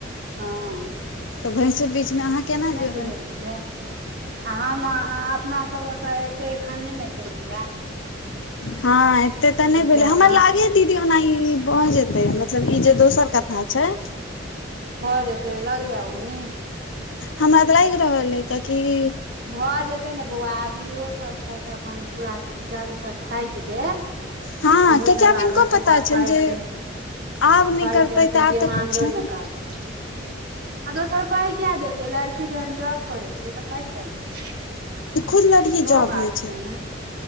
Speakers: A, on the right (about 55°); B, on the left (about 80°).
A: ह
B: तऽ भैसुर बीचमे अहाँ केना
A: नहि
B: जेबै
A: बुझै छियै। हम अपना सभके तऽ एते एखने नहि भेलैय
B: ह एते तऽ नहि भेलोल
A: जहाँ
B: हमर लागे दीदी ओना ई भऽ जेतै मतलब ई जे दोसर कथा छै।
A: भऽ जेतै लग ज उम्मीद
B: हमरा तऽ लागि रहल है कियकि।
A: भऽ जेतै ने बौआ आब इहो सभ छै अपन पूरा जग से थाकि गेल
B: हँ
A: इहो
B: कियाकि
A: सभ
B: आब हिनको
A: आबते
B: पता
A: टा
B: छनि
A: पाई
B: जे
A: के
B: आब नहि
A: पइके
B: करतै
A: होतै
B: तऽ
A: डमान्डो
B: आब तऽ छै
A: नहि कह आ दसरा पाई कऽ देतै लड़की कि जहन जॉब करै छै तऽ पाई कऽ दै छै
B: खुद लड़की
A: ओ
B: जॉब
A: बात
B: मे
A: छै ने